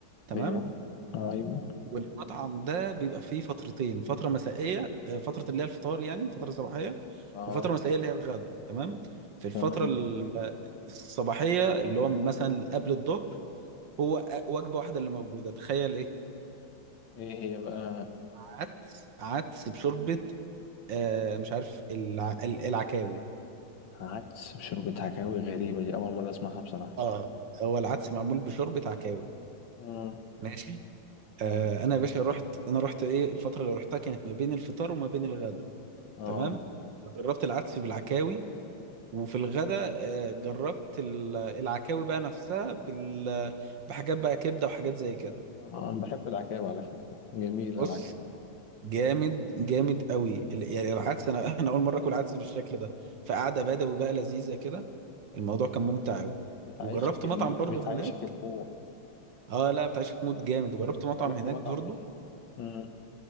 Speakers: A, on the right (about 70°); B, on the left (about 70°).
A: تمام
B: ايوه آه، ايوه
A: والمطعم ده بيبقى فيه فترتين فترة مسائية آه، فترة اللي هي الفطار يعني فترة صباحية
B: اه
A: وفترة مسائية اللي هي الغداء تمام في الفترة
B: تمام
A: ال- آه، الصباحية اللي هو مثلا قبل الظهر هو أ- وجبة واحدة اللي موجودة تخيل ايه
B: ايه هي بقى
A: عدس عدس بشوربة آه مش عارف الع... ال- العكاوي
B: عدس بشوربة عكاوي غريبة دي أول مرة أسمعها بصراحة
A: اه هو العدس معمول بشوربة عكاوي
B: امم
A: ماشي آه
B: أيوة
A: انا يا باشا رحت انا رحت ايه الفترة اللي رحتها كانت ما بين الفطار وما بين الغداء
B: اه
A: تمام فجربت العدس بالعكاوي وفي الغداء آه، جربت ال- العكاوي بقى نفسها بال... بحاجات بقى كبده وحاجات زي كده
B: آه، أنا بحب العكاوي على فكرة جميلة
A: بص
B: العكاوي
A: جامد جامد قوي ال- يعني العدس انا انا اول مره اكل عدس بالشكل ده فقعده بدوي بقى لذيذه كده الموضوع كان ممتع قوي
B: بتعيشك
A: وجربت
B: ال...
A: مطعم
B: بتعيشك
A: برضه هناك
B: المود
A: اه لا بتاع شيخ مود جامد وجربت مطعم
B: جربت
A: هناك
B: مطعم
A: برضه
B: ايه امم